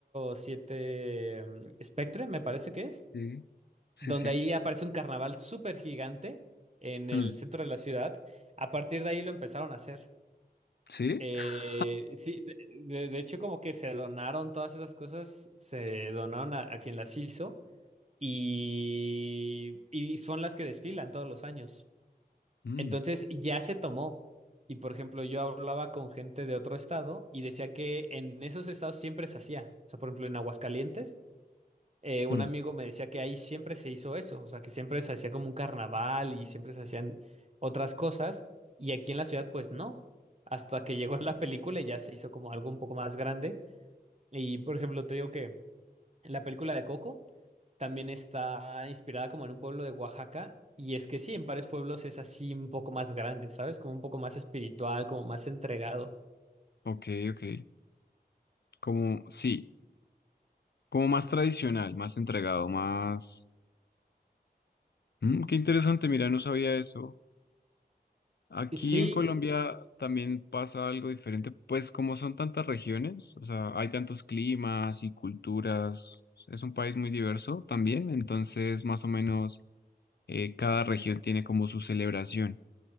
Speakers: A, on the right; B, on the left.
A: 007 mm, Spectre, me parece que es,
B: Sí, sí,
A: donde
B: sí.
A: ahí aparece un carnaval súper gigante en el
B: Mm.
A: centro de la ciudad, a partir de ahí lo empezaron a hacer.
B: ¿Sí?
A: Eh,
B: <laughs>
A: sí, de, de- de hecho como que se donaron todas esas cosas, se donaron a, a quien las hizo y, y son las que desfilan todos los años.
B: Mm,
A: Entonces ya se tomó. Y por ejemplo, yo hablaba con gente de otro estado y decía que en esos estados siempre se hacía. O sea, por ejemplo, en Aguascalientes, eh, un
B: mm.
A: amigo me decía que ahí siempre se hizo eso. O sea, que siempre se hacía como un carnaval y siempre se hacían otras cosas. Y aquí en la ciudad, pues no. Hasta que llegó <laughs> la película y ya se hizo como algo un poco más grande. Y por ejemplo, te digo que en la película de Coco también está inspirada como en un pueblo de Oaxaca. Y es que sí, en varios pueblos es así un poco más grande, ¿sabes? Como un poco más espiritual, como más entregado.
B: Ok, ok. Como, sí, como más tradicional, más entregado, más... Mm, qué interesante, mira, no sabía eso. Aquí
A: Y sí,
B: en Colombia también pasa algo diferente, pues como son tantas regiones, o sea, hay tantos climas y culturas, es un país muy diverso también, entonces más o menos eh, cada región tiene como su celebración.